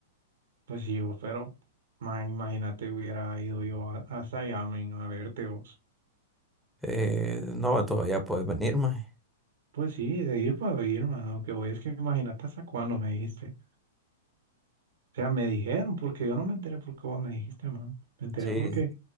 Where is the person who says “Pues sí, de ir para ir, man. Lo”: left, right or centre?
Right